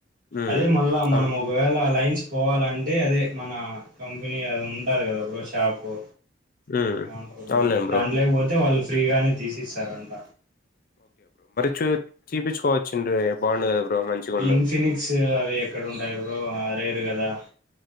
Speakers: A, on the left; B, on the right.
A: ఉమ్,
B: అదే మళ్ళా
A: అవును
B: మనం ఒకవేళ లైన్స్ పోవాలంటే అదే మన కంపెనీ అది ఉంటాలి కదా బ్రో షాపు
A: ఉమ్,
B: అవుంటారు దాన్ని
A: అవునులేండి బ్రో
B: దాంట్లోక పోతే వాళ్ళు ఫ్రీగానే తీసిస్తారంట
A: చ తీపించుకోవచ్చుండి బాగుండు కదా బ్రో మంచిగుండు
B: ఇన్ఫినిక్స్ అవి ఎక్కడ ఉండయి బ్రో లేరు కదా